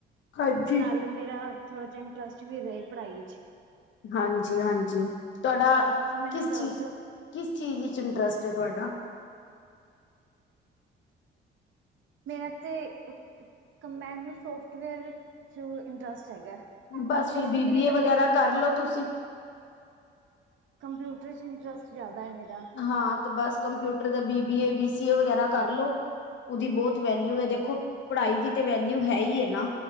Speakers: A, on the left (about 70°); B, on the right (about 75°).
A: ਹਾਂਜੀ
B: ਤੇ ਨਾਲ਼ੇ ਮੇਰਾ ਥੋੜ੍ਹਾ ਜਿਹਾ ਇੰਟਰਸਟ ਵੀ ਰਹੇ ਪੜ੍ਹਾਈ 'ਚ।
A: ਹਾਂਜੀ- ਹਾਂਜੀ ਤੁਹਾਡਾ
B: ਤੁਸੀਂ ਮੈਨੂੰ
A: ਕਿਸ
B: ਦੱਸ
A: ਚੀਜ਼।
B: ਦੋ
A: ਕਿਸ ਚੀਜ਼ ਵਿੱਚ ਇੰਟਰਸਟ ਐ ਤੁਹਾਡਾ?
B: ਮੇਰਾ ਤੇ। ਏਕ ਮੈਨੂੰ ਸੋਫਟਵੇਅਰ ਚ ਇੰਟਰਸਟ ਹੈਗਾ।
A: ਬਸ
B: ਬੇਸਿਕਲੀ
A: ਫੇਰ ਬੀ ਬੀ
B: ਕੰਪਿਊ
A: ਏ ਵਗੈਰਾ ਕਰਲੋ ਤੁਸੀਂ।
B: ਕੰਪਿਊਟਰ ਚ ਇੰਟਰਸਟ ਜਾਦਾ ਐ ਮੇਰਾ।
A: ਹਾਂ ਤੇ ਬਸ ਕੰਪਿਊਟਰ ਦਾ B B A, B C A ਵਗੈਰਾ ਕਰ ਲੋ। ਉਦੀ ਬੋਤ ਵੈਲਿਊ ਐ ਦੇਖੋ, ਪੜ੍ਹਾਈ ਦੀ ਤਾਂ ਵੈਲਿਊ ਹੈ ਈ ਐ ਨਾ।